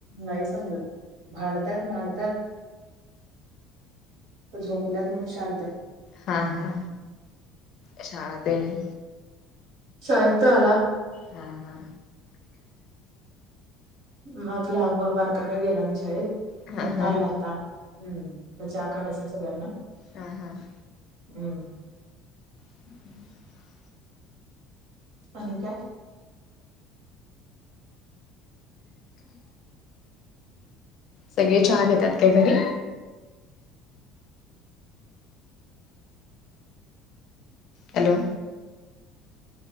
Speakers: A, on the right (about 70°); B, on the left (about 55°).
A: नाही समजत. भांडत्यात, भांडत्यात. त झोपल्यात म्हणून शांत.
B: हा, हा. शाळा तेन.
A: शाळेत तर आला.
B: हा हा.
A: मजला बारका का गेला नाही शाळेत
B: हा
A: मोठा
B: हा
A: आला आता हम्म त्याच्या करायचा सगळ्यांना
B: हं हं
A: हम्म
B: हम्म.
A: आणि काय?
B: सगळे चहा घेतात काय घरी? हॅलो